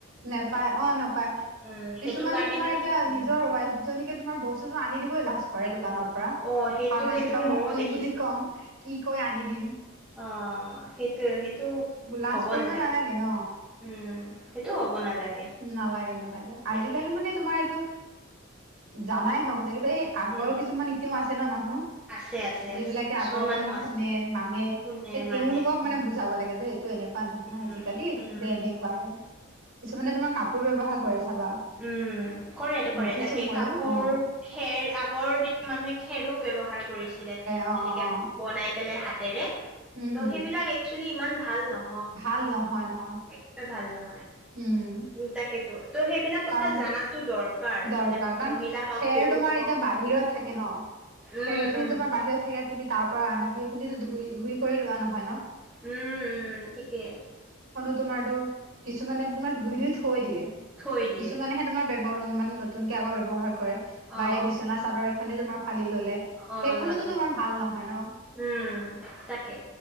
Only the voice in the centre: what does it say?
উম সেইটো
কাৰণে
মানে
উম
অ' সেইটো
সেইটো
ময়ও
দেখিছো।
অঁ সেইটোয় সেইটো
হ'ব
নালাগে
উম। সেইটো হ'ব। নালাগে
তাকে
উম
আছে আছে
আছে কিছুমান
মানুহ
আছে
কোনে
উম
উম
উম
উম কৰেটো কৰে
তাকে
কাপোৰ
খেৰ আগৰ দিনা মানুহে খেৰো ব্যৱহাৰ কৰে ছিলে
এনেকে
বনাই পেলাই হ তেৱে
ত
সেইবিলাক একচ ইমান ভাল ন।
একাৰে ভাল ন।
উ তাকেতো ত' সেইবিলাক কথা
জানাতো দৰকাৰ
মানে
মহিলা হওক
পুৰুষ
হওক
উম
উম
উম
উম ঠিকেই।
থৈ দিয়ে
অ
অ
ললে
উম তাকে